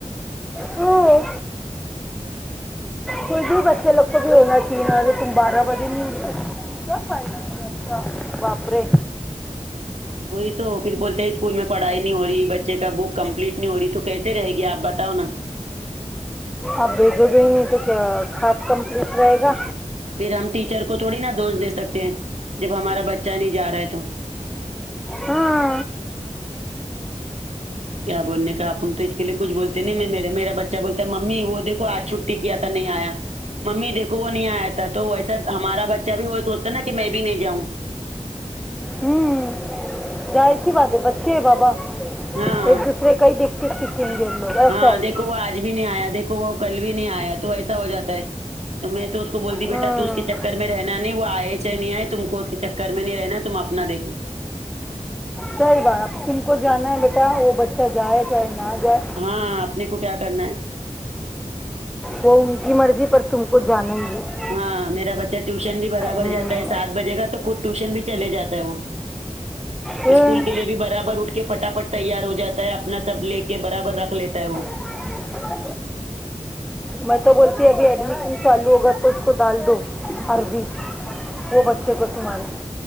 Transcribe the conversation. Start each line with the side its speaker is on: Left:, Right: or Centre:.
Centre: او کوئی بھی بچے لگ بھی ہونا چاہیے تم بارہ بجے نہیں اٹھتے کیا فدہ <unintelligible> بابری
Right: وہی تو پھر بولتے ہیں اسکول میں پڑھائی نہیں ہو رہی بچے کا بک کمپلیٹ نہیں ہو رہی تو کیسے رہے گی آپ بتاؤ نا
Centre: آپ بھیجو گے نہیں تو کیا کھاد کمپلیٹ رہے گا
Right: پھر ہم ٹیچر کو تھوڑی نا دوش دے سکتے ہیں جب ہمارا بچہ نہیں جا رہا ہے تو
Centre: ہاں
Right: کیا بولنے کا اپن تو اس کے لیے کچھ بولتے نہیں میرا بچہ بولتا ممی وہ دیکو آج چھٹی کیا تھا نہیں آیا ممی دیکھو وہ نہیں آیا تھا تو ویسا ہمارا بچہ بھی وہ سوچتا نا کہ میں بھی نہیں جاؤں
Centre: ہوں ظاہر سی بات ہے بچے ہے بابا ایک
Right: ہاں
Centre: دوسرے کائی دیکھ کے سکھیں گے <unintelligible>
Right: ہاں دیکھو وہ آج بھی نہیں آیا دیکھو وہ کل بھی نہیں آیا تو ایسا ہو جاتا ہے تو میں تو اس کو بولتی
Centre: ہاں
Right: بیٹا تو اس کے چکر میں رہنا نہیں وہ آئے چاہے نہیں آئے تم کو اس کے چکر میں نہیں رہنا تم اپنا دیکھو
Centre: کوںی بات سن کے جانا ہے بیٹا وہ بچہ جائے چاہے نہ جائے
Right: ہاں اپنے کو کیا کرنا ہے
Centre: وہ ان کی مرضی پر تم کو جانا نہیں ہے
Right: ہاں میرا بچہ ٹیوشن بھی برابر
Centre: ہوں
Right: جاتا ہے ساتھ بجے گا تو خود ٹیوشن بھی چلے جاتا ہے وہ
Centre: ہوں،
Right: اسکول کے لیے بھی برابر اٹھ کے پٹافٹ تیار ہو جاتا ہے اپنا سب لے کے برابر رکھ لیتا ہے وہ
Centre: ب میں تو بولتی ابھی ایڈمیشن چالو ہوگا تو اس کو ڈال دو عربی وہ بچے کو تمہارے